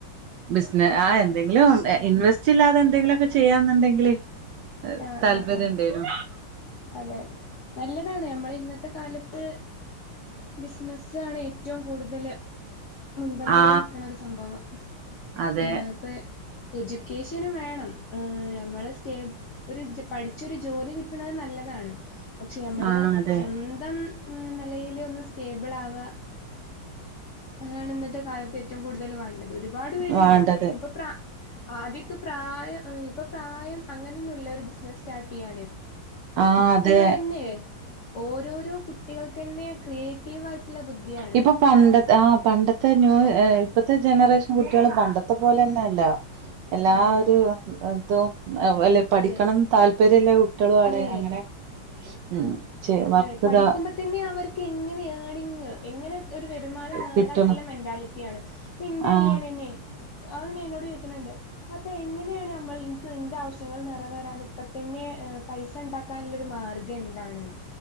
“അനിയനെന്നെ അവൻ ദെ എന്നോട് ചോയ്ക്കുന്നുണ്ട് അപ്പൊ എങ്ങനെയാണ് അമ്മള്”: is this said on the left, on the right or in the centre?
Left